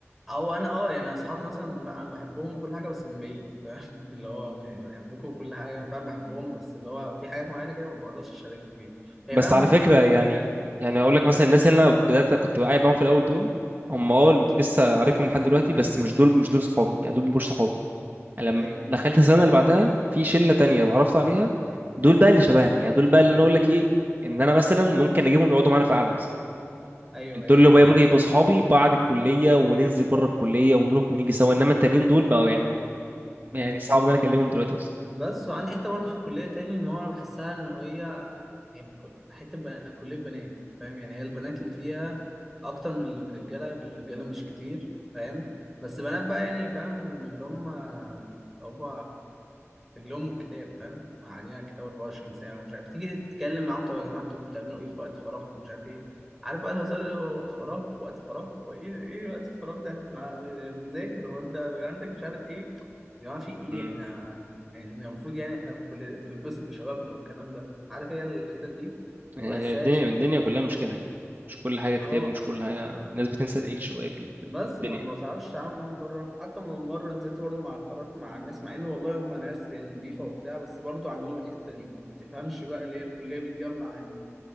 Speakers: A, in the centre; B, on the right.
A: او انا اه يعني اصحابي مثلا من- لا انا بحبهم وكل حاجه بس من بعيد فاهم <laughs> اللي هو يعني بحبكم وكل حاجه انا فعلا بحبهم بس اللي هو في حاجات معينه كده ما بقدرش اشاركهم يعني هي
B: بس
A: فعلا
B: على
A: بتبقى
B: فكرة
A: فوق
B: يعني يعني اقول لك مثلا الناس اللي انا بدأت كنت قاعد معاهم في الاول دول هم اه
A: امم
B: لسه عارفهم لحد دلوقتي بس مش دول مش دول صحابي يعني دول مش صحابي يعني لما
A: ايوه
B: دخلت السنة اللي بعدها في شلة تانية اتعرفت عليها دول بقى اللي شبهنا يعني دول بقى اللي انا اقول لك ايه ان انا مثلا ممكن اجيبهم يقعدوا معانا في قعدة مثلا
A: ايوه ايوه
B: دول اللي
A: فاهمك
B: بقى ممكن يبقوا صحابي بعد الكلية وننزل بره الكلية ونروح ونيجي سوا انما التانيين دول بقوا يعني يعني
A: امم
B: صعب ان انا اكلمهم دلوقتي
A: بس وعندي حته برضو في الكليه تاني ان هو انا بحسها ان هي يعني ك- حتة بنا... كلية بنات فاهم يعني هي البنات اللي فيها أكتر من الرجالة الرجالة مش كتير فاهم بس بنات بقى يعني فاهم اللي هم هم رجلهم الكتاب فاهم معانيها كتاب 24 ساعة ومش عارف تيجي تتكلم معاهم طب يا جماعة انتوا بتعملوا إيه في وقت فراغكم ومش عارف إيه عارف بقى الهزار اللي هو فراغ وقت فراغ هو إيه إيه وقت الفراغ ده؟ إحنا بنذاكر هو أنت عندك مش عارف إيه يا جماعة في إيه
B: اصلا
A: إحنا إحنا المفروض يعني إحنا بن- بنتبسط بشبابنا والكلام ده عارف هي الحتت دي
B: هي
A: ما بحسهاش
B: الدنيا
A: يعني
B: الدنيا كلها مش كده يعني مش كل حاجة كتاب
A: اه
B: ومش كل حاجة الناس بتنسى تعيش شوية في ال- في
A: بس فما
B: الدنيا
A: بعرفش اتعامل معاهم بره حتى من مره نزلت برضو مع خرجت مع الناس مع ان والله هم ناس يعني نضيفه وبتاع بس برضو عندهم الحته دي ما تفهمش بقى ليه الكليه بتجمع ال...